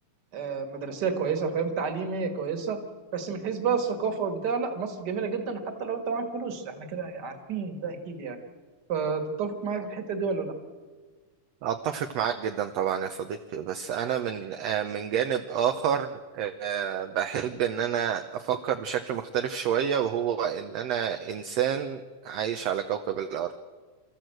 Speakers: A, on the right; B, on the right.
A: آه، مدرسيه كويسه فاهم تعليميه كويسه بس من حيث بقى الثقافه والبتاع لا مصر جميله جدا حتى لو انت معاك فلوس احنا كده عارفين ده اكيد يعني فتتفق معايا في الحته دي ولا لا
B: أتفق معاك جدا طبعا يا صديقي بس أنا من آه، من جانب آخر آه، بحب إن أنا أفكر بشكل مختلف شوية وهو إن أنا إنسان عايش على كوكب الأرض